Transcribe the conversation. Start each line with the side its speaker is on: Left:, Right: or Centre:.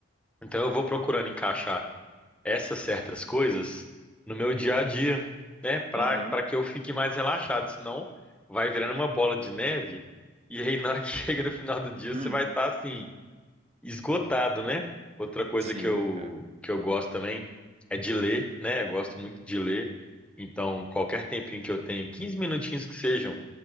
Centre: Então eu vou procurando encaixar essas certas coisas no meu dia a dia, né? Para
Right: Aham.
Centre: para que eu fique mais relaxado, senão vai virando uma bola de neve e aí na hora que <laughs> chega no final do dia
Right: Uhum.
Centre: você vai estar assim esgotado, né? Outra coisa
Right: Sim,
Centre: que eu
Right: cara.
Centre: que eu gosto também é de ler, né? Eu gosto muito de ler. Então, qualquer tempinho que eu tenho, 15 minutinhos que sejam,